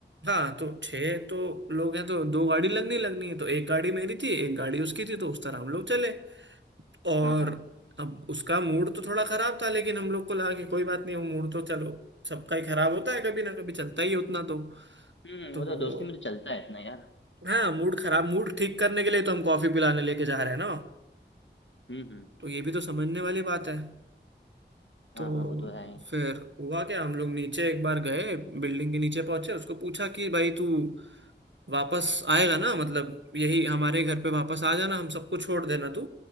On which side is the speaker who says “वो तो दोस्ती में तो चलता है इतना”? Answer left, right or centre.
Left